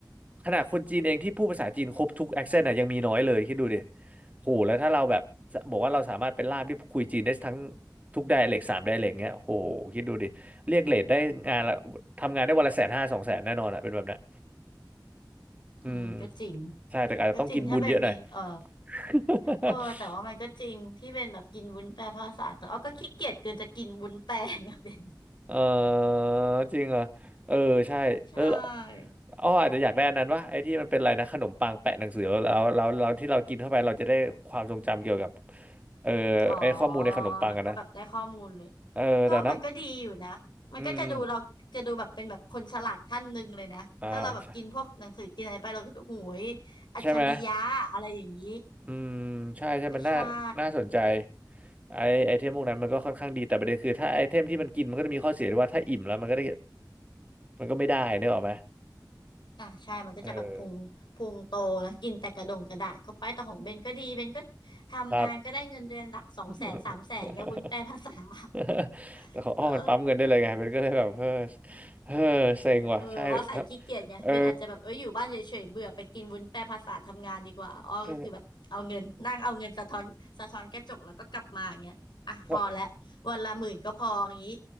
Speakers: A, on the right; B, on the left.
A: ขนาดคนจีนเองที่พูดภาษาจีนครบทุกแอคเซนต์อ่ะยังมีน้อยเลยคิดดูดิโหแล้วถ้าเราแบบบอกว่าเราสามารถเป็นล่ามที่คุยจีนได้ทั้งทุกไดอะเล็กสามไดอะเล็กเงี้ยโหคิดดูดิเรียกเรทได้งานละทำงานได้วันละแสนห้าสองแสนแน่นอนอ่ะเป็นแบบนั้น
B: อืมก็จริง
A: อืมใช่แต่อาจจะต้องกินบุญเยอะหน่อย
B: ก็จริงถ้าเป็นมีเออ
A: <laughs>
B: เออแต่ว่ามันก็จริงที่เป็นแบบกินวุ้นแปลภาษาแต่เอาก็ขี้เกียจเกินจะกินวุ้นแปล <laughs> งอะเป็น
A: เออจริงเหรอเออใช่เออ
B: ใช่
A: อ้ออาจจะอยากได้อันนั้นวะไอ้ที่มันเป็นอะไรนะขนมปังแปะหนังสือแล้วแล้วแล้วที่เรากินเข้าไปเราจะได้ความทรงจำเกี่ยวกับเออไอ้ข้อมูลในขนมปังอะนะ
B: อ๋อ แล้วก็แบบได้ข้อมูลเลย
A: เออแต่น้
B: ก็มันก็ดีอยู่นะ
A: ำอืม
B: มันก็จะดูเราจะดูแบบเป็นแบบคนฉลาดท่านหนึ่งเลยนะ
A: อ่าใช่
B: ถ้าเราแบบกินพวกหนังสือกินอะไรไปเราก็จะโหยอัจฉริยะอะไรอย่างนี้
A: ใช่ไหมอืมใช่ใช่มันน่าน่าสนใจ
B: ก็ใช่
A: ไอไอเทมพวกนั้นมันก็ค่อนข้างดีแต่ประเด็นคือถ้าไอเทมที่มันกินมันก็จะมีข้อเสียด้วยว่าถ้าอิ่มแล้วมันก็ได้มันก็ไม่ได้นึกออกไหม
B: อ่ะใช่มันก็จะแบบพุงพุงโตนะ
A: เออ
B: กินแต่กระดงกระดาษเข้าไปแต่ของเบนก็ดี เบนก็ทำงานก็ได้เงินเดือนหลักสองแสนสามแสนเงี้ยวุ้นแปลภาษา
A: ครับ <laughs> <laughs>
B: <laughs>
A: แต่ของอ้อมันปั๊มเงินได้เลยไงเป็นก็เลยแบบเออ
B: เออ
A: เออเซ็งว่ะใช่ถ้า
B: เอออ้อใส่ขี้เกียจไงเบนอาจจะแบบเอออยู่บ้านเฉยๆเบื่อไปกินวุ้นแปรภาษาทำงานดีกว่าอ้อก็คือแบบเอาเงินนั่งเอาเงินสะท้อนสะท้อนกระจกแล้วก็กลับมาอย่างเงี้ยอ่ะพอละวันละหมื่นก็พออย่างงี้
A: เออถ้าถ้า